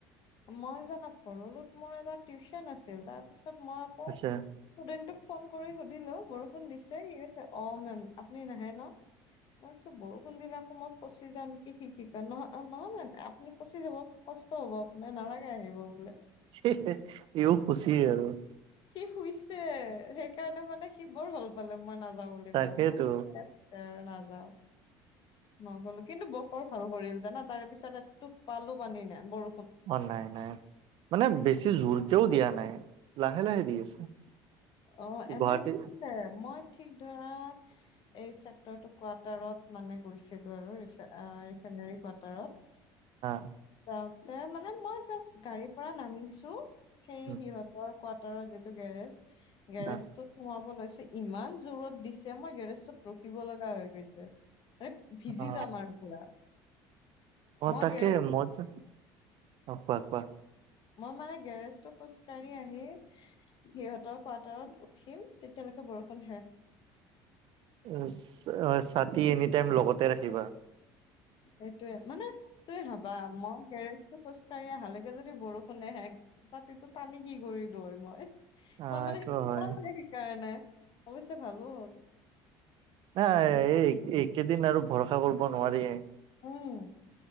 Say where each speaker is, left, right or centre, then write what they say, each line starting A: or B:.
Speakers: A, on the left; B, on the right.
A: মই জানা পৰলোত মোৰ এটা টিউচন আছিল তাৰ পাছত মই আকৌ
B: আচ্ছা
A: ষ্টুডেণ্টটোক ফোন কৰি সুধিলো বৰষুণ দিছে নি আ অ মেম আপুনি নাহে ন? মই কৈছো বৰষুণ দিনা আকৌ মই ফচি যাও নেকি, সি কি কয় নহ নহয় মেম আপুনি ফচি যাব। কষ্ট হ'ব আপোনাৰ নালাগে আহিব বোলে।
B: এইয়ো খুচিয়ে আৰু
A: সি শুইছে সেইকাৰণে মানে সি বৰ ভাল পালে মই নাযাওঁ বুলি
B: তাকেইতো
A: কোৱা। মই নাযাও নগলো কিন্তু বতৰ ভাল কৰিল জানা তাৰে পিছত এটোপালো পানী নাই বৰ
B: অ নাই নাই। মানে বেছি জোৰকেও দিয়া নাই লাহে লাহে দি আছে।
A: অ এবাৰ
B: গুৱাহাটী
A: দিছিলে মই ঠিক ধৰা এই চেক্টৰটো কোৱাটাৰত মানে গৈছিলো আৰু ৰি এ আহ ৰিফাইনেৰী কোৱাটাৰত
B: আ
A: যাওঁতে মানে মই জাষ্ট গাড়ীৰ পৰা নামিছো সেই
B: উম
A: সিহঁত পৰৰ কোৱাৰটাৰৰ যিটো গেৰেজ গেৰেজটো
B: হা
A: সোমাব লৈছে ইমান জোৰত দিছে আমাৰ গেৰেজটোত ৰখিব লগা হৈ গৈছে। মানে ভিজি
B: অ
A: যাম আৰু পুৰা।
B: অ
A: মই
B: তাকে
A: গেৰেজ
B: মইতো অ কোৱা কোৱা
A: মই মানে গেৰেজটো খোজকাঢ়ি আহি ইহঁতৰ কোৱাটাৰত উঠিম তেতিয়ালৈকে বৰষুণ শেষ।
B: উম অ ছা ছাতি এনিটাইম লগতে ৰাখিবা।
A: সেইটোৱে মানে তুমি ভাবা মই গেৰেজটো খোজ কাঢ়ি আহালৈকে যদি বৰষুণে শেষ ছাতিটো টানি কি কৰিলোঁ হয় মই
B: অ
A: মই মানে
B: এইটো
A: সেইট
B: হয়
A: মই মানে সেইকাৰণে অৱশ্যে ভালো হ'ল।
B: নাই
A: বৰষুণজাক
B: এই এই
A: নিদিলে।
B: একেদিন আৰু ভৰসা কৰিব নোৱাৰি।
A: উম